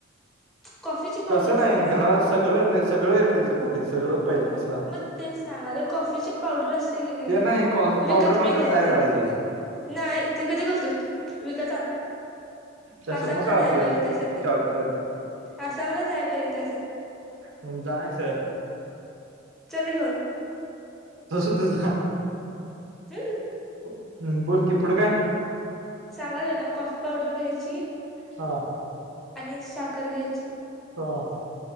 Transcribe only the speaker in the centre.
कॉफीची पावडर
असते
ना
मग ते सांगालोय कॉफीचे पावडर असते की नाही
विकत
मिळत्या
ती
नाही ती कधी करतोस विकत आण
आसामला
जाय
पाहिजे त्यासाठी,
आसामला जाया पाहिजे त्यासाठी
चल घेऊन
हम्म
सांगायलो ना कॉफी पावडर घ्यायची
आणि साखर घ्यायची